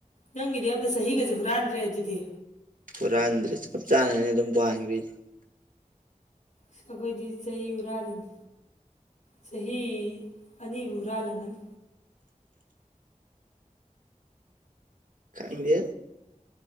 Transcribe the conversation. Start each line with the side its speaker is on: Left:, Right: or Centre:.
Left: ꯅꯪꯒꯤꯗꯤ ꯑꯝꯗ ꯆꯍꯤꯒꯁꯦ ꯍꯨꯔꯥꯟꯗ꯭ꯔꯦ ꯑꯗꯨꯗꯤ
Right: ꯍꯨꯔꯥꯟꯗ꯭ꯔꯦ ꯆꯞ ꯆꯥꯟꯅꯅꯤ ꯑꯗꯨꯝ ꯄꯥꯡꯈ꯭ꯔꯁꯤ
Left: ꯑꯩꯈꯣꯏꯗꯤ ꯆꯍꯤ ꯍꯨꯔꯥꯜꯂꯤꯅꯤ ꯆꯍꯤ ꯑꯅꯤꯕꯨ ꯍꯨꯔꯥꯜꯂꯝꯒꯅꯤ
Right: ꯈꯪꯗꯦ